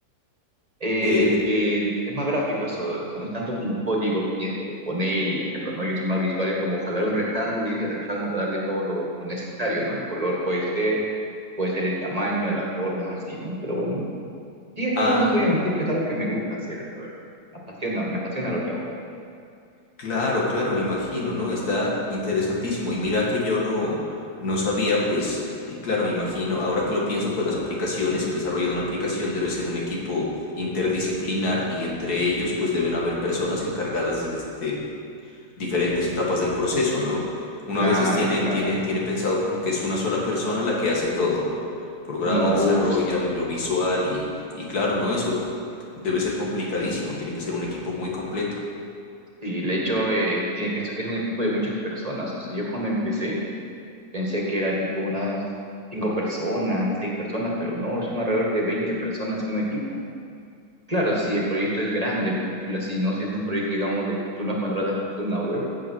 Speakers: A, on the right (about 25°); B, on the left (about 85°).
A: eh,
B: Eh,
A: del que es más gráfico eso, o sea, no es tanto como código que tienes que poner y hacerlo, ¿no? Yo soy más visual, es como jalar un rectángulo y ese rectángulo darle todo lo, lo necesario, ¿no? El color puede ser, puede ser el tamaño, la forma, así, ¿no? Pero bueno, sí es
B: ah.
A: algo, no te voy a mentir, que es algo que me gusta hacer, la verdad. Me apasiona, me apasiona lo que hago.
B: Claro, claro, me imagino, ¿no? Está interesantísimo. Y mira que yo no, no sabía, pues, eh, claro, me imagino, ahora que lo pienso, pues las aplicaciones, el desarrollo de una aplicación debe ser un equipo interdisciplinar y entre ellos, pues, deben haber personas encargadas de, des- de diferentes etapas del proceso, ¿no? Uno
A: Claro,
B: a veces tiene,
A: claro.
B: tiene, tiene pensado como que es una sola persona la que hace todo, ¿no? Programa,
A: No,
B: desarrolla,
A: uff,
B: lo visual y, y claro, ¿no? Eso debe ser complicadísimo, tiene que ser un equipo muy completo.
A: sí, de hecho, eh, tiene que, es un equipo de muchas personas, o sea, yo cuando empecé, Pensé que era tipo unas cinco personas, seis personas, pero no, es un alrededor de 20 personas en un equipo. Claro, si el proyecto es grande, por decirlo así, ¿no? Si es un proyecto, digamos, de que tú nos contratas para hacer una web,